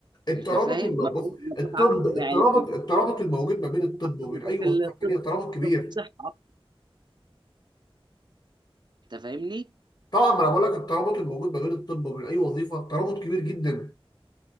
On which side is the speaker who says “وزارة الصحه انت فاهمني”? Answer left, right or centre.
Right